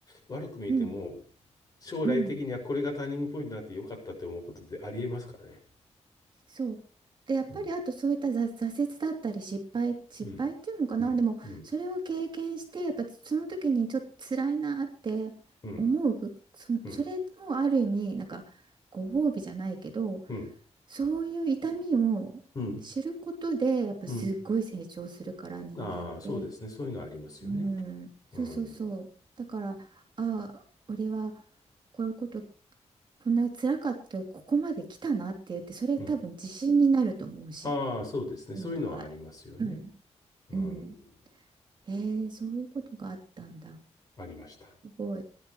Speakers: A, on the left; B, on the right.
A: 悪く見えても、
B: う。うん、
A: 将来的にはこれがターニングポイントになってよかったって思うことってありえますからね。
B: うん、そう。で、やっぱりあとそういった挫挫折だったり失敗、
A: うん。
B: 失敗っていうのかな、
A: うん。うん。
B: でもそれを経験して、
A: うん。
B: やっぱその時にちょっと辛いなって思う、
A: うん。
B: そ、
A: うん。
B: それもある意味、なんかご褒美じゃないけど、
A: うん。
B: そういう痛みを知ることで、
A: うん。
B: やっぱすっごい成長するから、
A: うん
B: 人間って。
A: ああ、そうですね。そういうのはありますよね。
B: うん、
A: うん。
B: そうそうそう。だから、ああ、俺はこういうこと、こんな辛かった、ここまで来たなって言って、それ多分自信になると思うし、
A: うん。ああ、そうですね。
B: 今度は。
A: そういうのはありますよね。
B: うん、
A: うん。
B: うん。へえ、そういうことがあったんだ。
A: ありました。
B: すごい。